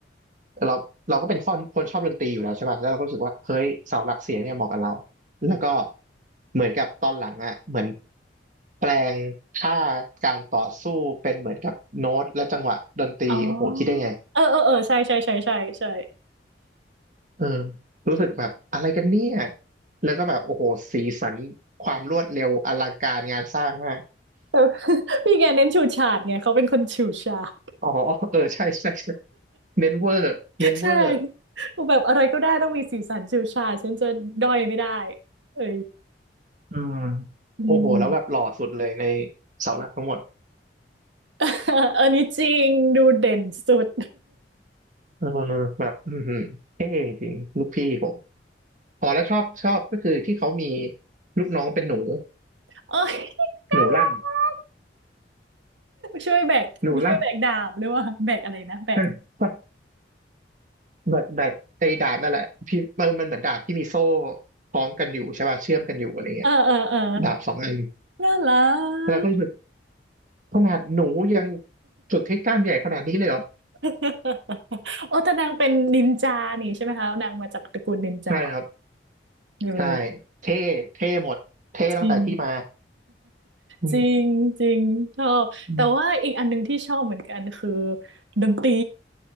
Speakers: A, on the right (about 45°); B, on the right (about 85°).
A: เราเราก็เป็นคนคนชอบดนตรีอยู่แล้วใช่ป่ะแล้วเราก็รู้สึกว่าเฮ้ยเสาหลักเสียงเนี่ยเหมาะกับเราแล้วก็เหมือนกับตอนหลังอ่ะเหมือนแปลงค่าการต่อสู้เป็นเหมือนกับโน้ตและจังหวะดนตรีโอ้โหคิดได้ไง
B: อ๋อเออเออเออใช่ใช่ใช่ใช่ใช่
A: เออรู้สึกแบบอะไรกันเนี่ยแล้วก็แบบโอ้โหสีสันความรวดเร็วอลังการงานสร้างมาก
B: แต่ <laughs> พี่แกเน้นฉูดฉาดไงเขาเป็นคนฉูดฉาด
A: อ๋อเออใช่ใช่ใช่เมนเวอร์เมนเวอร์
B: <laughs> ใช่แบบอะไรก็ได้ต้องมีสีสันฉูดฉาดฉันจะด้อยไม่ได้เออ
A: อืม
B: อืม
A: โอ้โหแล้วแบบหล่อสุดเลยในเสาหลักทั้งหมด
B: <laughs> อันนี้จริงดูเด่นสุด
A: เออแบบอือเท่จริง ลูกพี่ผมอ๋อแล้วชอบชอบก็คือที่เขามีลูกน้องเป็นหนู
B: โอ้ยน่ารัก
A: หนูล่
B: ช่วยแบกมีช่วยแบกดาบหรือว่าแบกอะไรนะแบก
A: ำหนูล่ำใช่ใช่แบบแบบไอ้ดาบนั่นแหละที่มันมันเหมือนดาบที่มีโซ่คล้องกันอยู่ใช่ป่ะเชื่อมกันอยู่อะไรเงี้ย
B: เออเออเออ
A: ดาบสองอัน
B: น่ารั
A: แล้วก็รู้สึก
B: ก
A: ขนาดหนูยังสุดที่กล้ามใหญ่ขนาดนี้เลยเหรอ
B: <laughs> โอ้แต่นางเป็นนินจานี่ใช่ไหมคะนางมาจากตระกูลนินจา
A: ใช่ครับ
B: เออ
A: ใช่เท่เท่หมดเท่ตั้งแต่ที่มา
B: จริง
A: อืม
B: จริงจริงชอบแต่ว่าอีกอันหนึงที่ชอบเหมือนกันคือ
A: อืม
B: ดนตรี